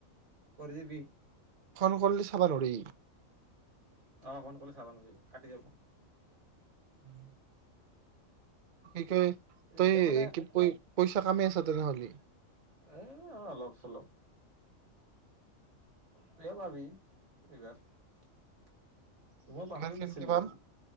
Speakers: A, on the right (about 85°); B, on the right (about 50°).
A: কৰি দিবি।
B: ফোন কৰিলে চাবা নৰি।
A: অ' ফোন কৰিলে চাব নোজ কাটি যাব।
B: উম। কি কয় তই
A: এতিয়া মানে
B: কি প পইচা কামি আছ তেনেহ'লে।
A: এ অলপ চলপ। তইয়ো ভাবি এইবাৰ। মই পাহৰি
B: ইবাৰ কেনকে
A: গৈছিলো,
B: পাম